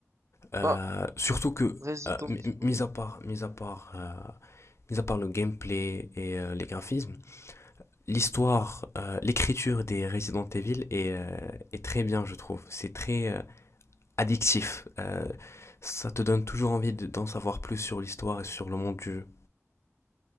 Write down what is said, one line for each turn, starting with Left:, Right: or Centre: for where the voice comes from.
Left: Euh,
Right: Bah,
Left: surtout
Right: R-
Left: que,
Right: Resident...
Left: euh, mi-
Right: Oui.
Left: mis à part, mis à part, euh, mis à part le gameplay et euh, les graphismes, l'histoire, euh, l'écriture des Resident Evil est, euh, est très bien, je trouve. C'est très euh, addictif. Euh, ça te donne toujours envie de- d'en savoir plus sur l'histoire et sur le monde du jeu.